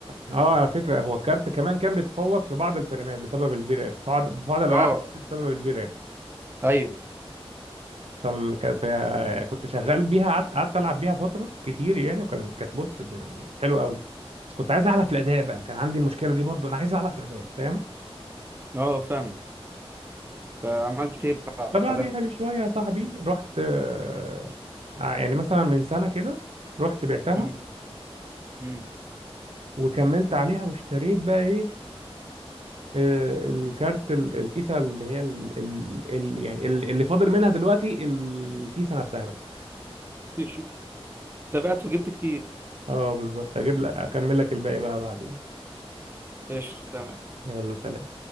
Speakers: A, on the right; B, on the right.
A: اه على فكره هو الكارت كمان كان بيتفوق في بعض الفريمات بسبب الفيران في بعض في بعض الالعاب
B: اه
A: بسبب الفيران
B: ايوه
A: فال... كان- ف- كنت شغال بيها قعدت قعدت العب بيها فتره كتير يعني وكان كانت بص يعني حلوه قوي بس كنت عايز اعلى في الاداء بقى كان عندي المشكله دي برضو انا عايز اعلى في الاداء فاهم
B: اه فاهم فعملت ايه بعدها
A: فبعديها بشويه يا صاحبي رحت آه، يعني مثلا من سنه كده رحت بعتها
B: مم. مم.
A: وكملت عليها واشتريت بقى ايه آه، الكارت ال- الكيسه اللي هي ال ال ال يعني ال- اللي فاضل منها دلوقتي الكيسه نفسها بس
B: <laughs> تابعت وجبت كتير
A: اه بالظبط هجيب لك اكمل لك الباقي بقى بعدين
B: قشطه تمام
A: يلا سلام